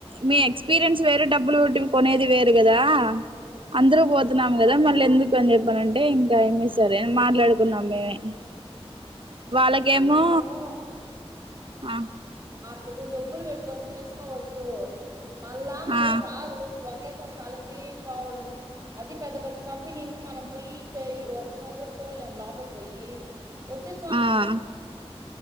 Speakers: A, on the right; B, on the right.
A: మీ ఎక్స్ ఎక్స్పీరియన్స్ వేరు డబ్బులు పెట్టి కొనేది వేరు గదా అందరూ పోతున్నాం
B: ఆ
A: కదా మళ్ళ ఎందుకు కని చెప్పానంటే ఇంకా ఏమి సరే మాట్లాడుకున్నాం మేమే వాళ్ళకేమో
B: మనము
A: ఆ
B: ఇప్పుడు డబ్బులు పెట్టుకొని చేసుకోవచ్చు మళ్ళా మళ్ళ
A: ఆ
B: రాదు <unintelligible> ఒకేసారి కలిపి పోవడం అది పెద్ద పెద్ద కంపెనీలకి మనం పోయి చేయి ఒకసారి కూడా చూడలేం లోపలికి పోయి వచ్చే చాన్స్
A: ఆ